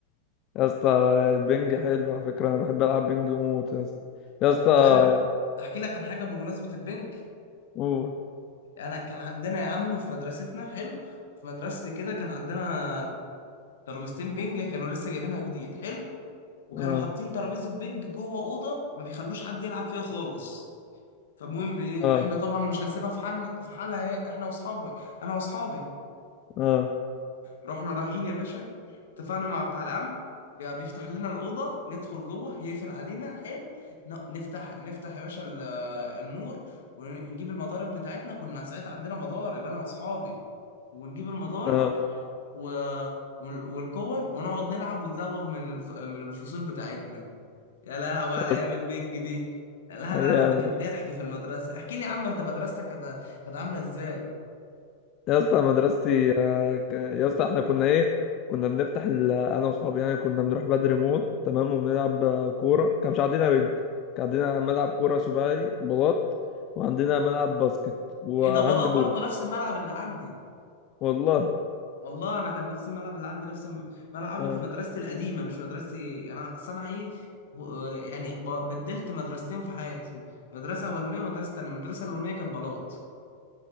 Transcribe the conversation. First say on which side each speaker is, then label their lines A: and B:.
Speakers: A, on the left (about 35°); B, on the left (about 60°).
A: يا اسطى البنج حلو على فكره انا بحب العب بنج موت يا اسطى يا
B: انت
A: اسطى
B: عارف احكي لك عن حاجه بمناسبه البنك
A: قول.
B: انا كان عندنا يا عم في مدرستنا حلو في مدرستي كده كان عندنا ترابيزتين بينج كانوا لسه جايبينها جديد حلو وكانوا
A: آه.
B: حاطين ترابيزه بينج جوه اوضه ما بيخلوش حد يلعب فيها خالص فالمهم ايه
A: اه
B: احنا طبعا مش هنسيبها في حال في حالها إيه، احنا واصحاب انا واصحابي
A: اه
B: رحنا رايحين يا باشا اتفقنا مع بتاع الامن بي- بيفتح لنا الاوضه ندخل جوه يقفل علينا حلو ن- نفتح نفتح يا باشا ال- النور ونجيب المضارب بتاعتنا كنا ساعتها عندنا مضارب انا واصحابي ونجيب المضارب
A: اه
B: و... وال- والكور ونقعد نلعب ونزوغ من الف... من الفصول بتاعتنا يا لهوي
A: يا
B: على ايام
A: اسطى
B: البنج دي لا لا
A: أيام.
B: لا دي كانت ضحك في المدرسه احكي لي يا عم انت مدرستك كانت كانت عامله ازاي
A: يا اسطى مدرستي آه، ك- يا اسطى احنا كنا ايه كنا بنفتح ال- انا واصحابي يعني كنا بنروح بدري موت تمام وبنلعب آه، كوره كان مش عندنا بنك كان عندنا ملعب كوره سباعي بلاط وعندنا ملعب باسكت وهاند
B: ايه ده بلاط
A: بول
B: برضه نفس الملعب اللي عندي
A: والله
B: والله انا كان نفس الملعب اللي عندي نفس الم- ملعبي
A: اه
B: في مدرستي القديمه مش مدرستي انا صنع ايه و- يعني ب- بدلت مدرستين في حياتي مدرسه اولانيه ومدرسه تانيه المدرسه الاولانيه كان بلاط